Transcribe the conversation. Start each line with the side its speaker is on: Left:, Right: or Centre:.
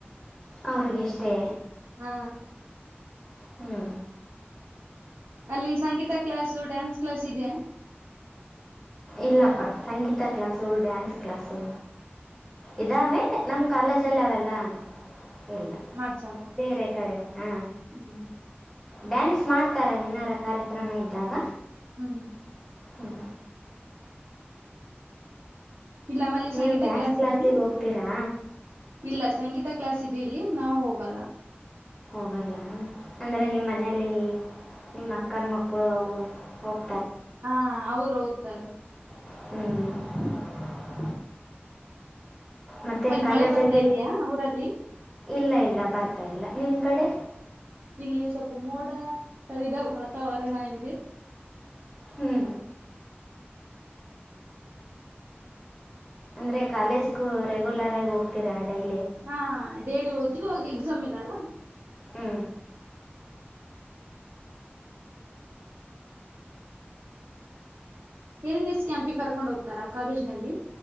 Centre: ಅವ್ರಗಿಷ್ಟೇ
Right: ಹ್ಮ
Centre: ಹ್ಞೂ
Right: ಅಲ್ಲಿ ಸಂಗೀತ ಕ್ಲಾಸು ಡ್ಯಾನ್ಸ್ ಕ್ಲಾಸ್ ಇದೆ.
Centre: ಇಲ್ಲಪ್ಪ ಸಂಗೀತ ಕ್ಲಾಸು ಡ್ಯಾನ್ಸ್ ಕ್ಲಾಸು ಇದಾವೆ ನಮ್ಮ ಕಾಲೇಜಲ್ಲಿ ಅವೆಲ್ಲ. ಇಲ್ಲ
Right: ಮಾಡ್ಸಲ್ವಾ
Centre: ಬೇರೆ ಕಡೆ ಹಾ
Right: ಹ್ಮ್
Centre: ಡ್ಯಾನ್ಸ್ ಮಾಡ್ತಾರ ಏನಾರ ಕಾರ್ಯಕ್ರಮ ಇದ್ದಾಗ
Right: ಹ್ಮ್
Centre: ಹ್ಞೂ.
Right: ಇಲ್ಲ ನಮ್ಮಲ್ಲಿ
Centre: ನೀವು್
Right: ಸಂಗೀತ
Centre: ಡ್ಯಾನ್ಸ್
Right: ಕ್ಲಾಸ್
Centre: ಕ್ಲಾಾಸಿಗೆ
Right: ಇದೆ
Centre: ಹೋಗ್ತೀರಾ.
Right: ಇಲ್ಲ ಸಂಗೀತ ಕ್ಲಾಸ್ ಇದೆ ಇಲ್ಲಿ ನಾವು ಹೋಗಲ್ಲ.
Centre: ಹೋಗಲ್ಲ ಅಂದರೆ ನಿಮ್ಮ ಮನೇಲಿ ನಿಮ್ಮ ಅಕ್ಕನ ಮಕ್ಕಳು ಅವು ಹೋಗ್
Right: ಹಾ ಅವರು ಹೌದು ಸರ
Centre: ಹ್ಮ್ ಮತ್ತೆ
Right: ಅಲ್ಲಿ
Centre: ಕಾಲೇಜಲ್ಲಿ
Right: ಮಳೆ ಬರ್ತಾ ಇದಯಾ ಊರಲ್ಲಿ
Centre: ಇಲ್ಲ ಇಲ್ಲ ಬರ್ತ ಬರ್ತಾ ಇಲ್ಲ ನಿಮ್ಮ ಕಡೆ
Right: ಇಲ್ಲಿ ಸ್ವಲ್ಪ ಮೋಡ ಕವಿದ ವಾತಾವರಣ ಆಗಿದೆ.
Centre: ಹ್ಮ್್ಮ
Right: ಹ
Centre: ಅಂದ್ರೆ ಕಾಲೇಜ್ಗೂ ರೆಗ್ಯುಲರ್ ಆಗಿ ಹೋಗ್ತೀರಾ ಡೈಲಿ
Right: ಹಾ ಡೇರಿ ಓದತಿನಿ ಇವಾಗ ಎಕ್ಸಾಮ್ ಇದಲ್ಲ
Centre: ಹ್ಞೂ
Right: ಏನ್ ಏನ್ ಎಸ್ ಕ್ಯಾಂಪಿಗೆ ಕರ್ಕೊಂಡು ಹೋಗ್ತಾರಾ ಕಾಲೇಜಿನಲ್ಲಿ.